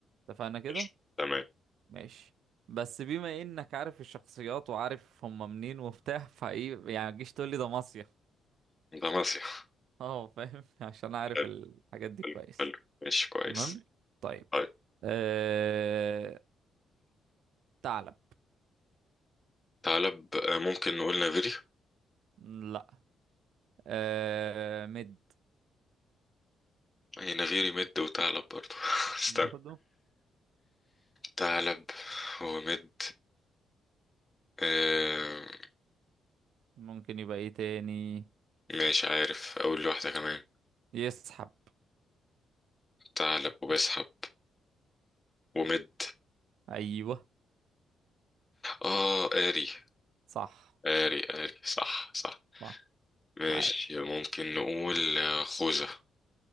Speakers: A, on the right; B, on the left.
A: اتفقنا كده
B: ماشي. تمام
A: ماشي بس بما انك عارف الشخصيات وعارف هم منين وبتاع فايه يعني ما تجيش تقول لي ده مصيف
B: ده مسيح
A: اه فاهم <laughs> عشان اعرف
B: حلو
A: الحاجات دي
B: حلو
A: كويس
B: حلو ماشي كويس
A: تمام طيب
B: طيب
A: أه... ثعلب
B: ثعلب آه، ممكن نقول نافيري
A: لا أه... مد
B: هي نافيري مد وثعلب برضو <laughs> استنى
A: برضه
B: ثعلب ومد آه
A: ممكن يبقى ايه تاني
B: مش عارف اقول واحدة كمان
A: يسحب
B: ثعلب وبسحب ومد
A: ايوه
B: اه قاري
A: صح
B: آري آري صح صح
A: صح
B: ماشي
A: عارف
B: ممكن نقول آه، خوذة